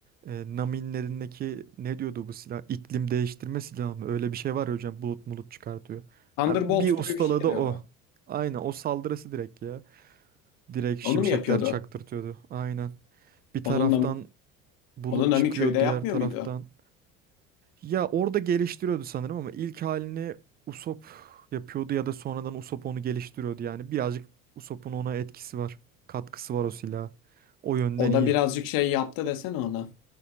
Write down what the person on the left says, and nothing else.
Thunderbolt
gibi
bir şeydi galiba.
Onu
mu yapıyordu?
Onunla,
onu Namiköy'de
yapmıyor
muydu?
O
da birazcık şey yaptı desene ona.